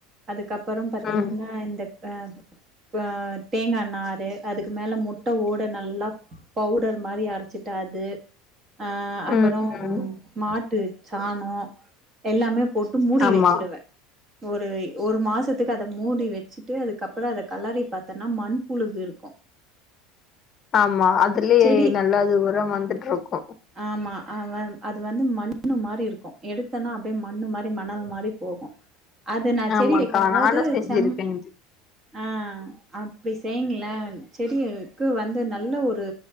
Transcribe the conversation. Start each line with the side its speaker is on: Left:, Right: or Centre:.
Right: அதுக்கப்பறம் பாத்தீங்கனா
Left: ம்
Right: இந்தக் அ ஆ தேங்கா நாறு அதுக்கு மேல முட்ட ஓட நல்லாப் பவுடர் மாரி அரச்சிட்டா அது அ அப்பறோ
Left: ம் ம்
Right: ஆட்டுச் சாணோ எல்லாமே போட்டு மூடி
Left: ஆமா
Right: வெச்சிடுவே ஒரு ஒரு மாசத்துக்கு அத மூடி வெச்சிட்டு அதுக்கப்பறோ அத கலறிப் பாத்தனா மண்புழுகு இருக்கு
Left: ஆமா அதுலியே
Right: செடி
Left: நல்லது உரம் வந்துட்ருக்கு
Right: ஆமா ஆமா அனந் அது வந்து மண்ணு மாரி இருக்கு எடுத்தனா அப்டே மண்ணு மாரி மணல் மாரிப் போகு அது நா
Left: ஆமாக்கா
Right: செடி வெக்கும் போது
Left: நானு செஞ்சிருக்கே
Right: செம்
Left: இது
Right: ஆ அப்டி செய்ங்ளே செடிகளுக்கு வந்து நல்ல ஒரு